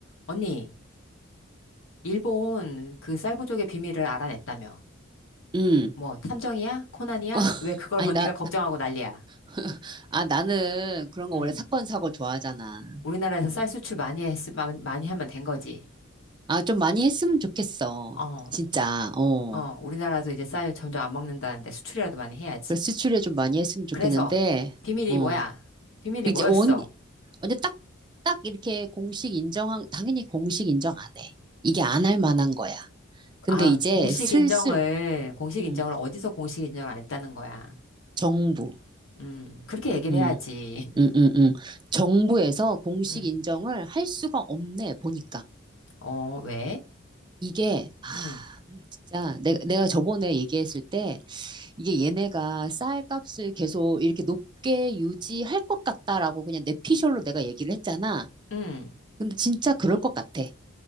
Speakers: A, on the left; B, on the right.
A: 언니, 일본 그 쌀부족의 비밀을 알아냈다며.
B: 음.
A: 뭐, 탐정이야? 코난이야?
B: 어, <laughs>
A: 왜 그걸
B: 아니,
A: <laughs> 언니가
B: 나,
A: 걱정하고 난리야?
B: <laughs> 아, 나는 그런 거
A: 응.
B: 원래 사건, 사고 좋아하잖아.
A: 우리나라에서 쌀 수출 많이 했, 많이 하면 된 거지.
B: 아, 좀 많이 했으면 좋겠어.
A: 어,
B: 진짜, 어.
A: 어, 우리나라도 이제 쌀 점점 안 먹는다는데 수출이라도 많이 해야지.
B: 그래서 수출에 좀 많이 했으면 좋겠는데,
A: 그래서, 비밀이
B: 어.
A: 뭐야? 비밀이
B: 그
A: 뭐였어?
B: 이제 원, 언제 딱, 딱 이렇게 공식 인정한, 당연히 공식 인정 안 해. 이게 안 할 만한 거야. 근데
A: 아,
B: 이제
A: 공식
B: 슬슬,
A: 인정을, 공식
B: 음,
A: 인정을 어디서 공식 인정을 안 했다는 거야.
B: 정부,
A: 음, 그렇게 얘기를
B: 음,
A: 해야지. <laughs>
B: 음, 음, 음. 정부에서 공식
A: 음,
B: 인정을 할 수가 없네, 보니까.
A: 어, 왜?
B: 이게, 아,
A: 음,
B: 진짜 내가, 내가 저번에 얘기했을 때 이게 얘네가 쌀값을 계속 이렇게 높게 유지할 것 같다라고 그냥 내피셜로 내가 얘기를 했잖아.
A: 음.
B: 근데 진짜 그럴 것 같아.